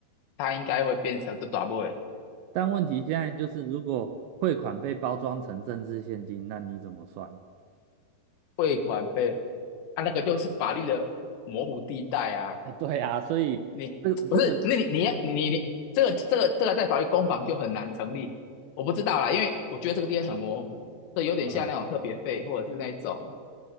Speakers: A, on the left; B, on the right.
A: 他应该会变成的打 boy
B: 但问题现在就是，如果汇款被包装成政治现金，那你怎么算？
A: 汇款被，啊那个就是法律的模糊地带啊，
B: <laughs> 啊，对啊，所以这这个，
A: 你不是那你你你你你这个这个这个在法律攻防就很难成立，我不知道啦，因为我觉得这个地方很模糊，这有点像那种特别费或者是那种
B: 啊，